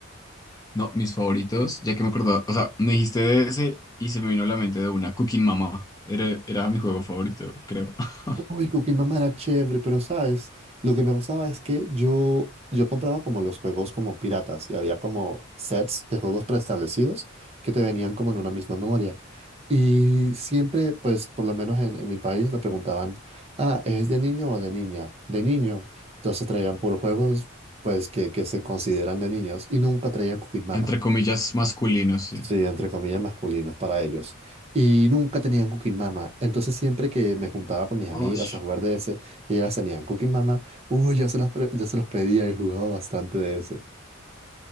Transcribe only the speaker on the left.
No, mis favoritos, ya que me acordaba. O sea, me dijiste DS y se me vino a la mente de una, Cooking Mama. Era, era mi juego favorito, creo. <laughs>
Entre comillas, masculino, sí.
Osh.